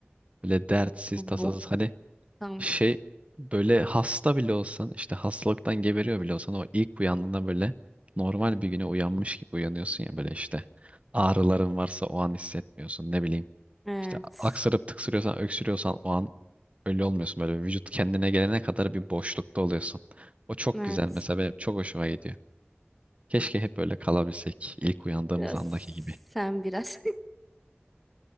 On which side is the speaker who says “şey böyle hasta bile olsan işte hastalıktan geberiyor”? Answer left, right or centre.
Right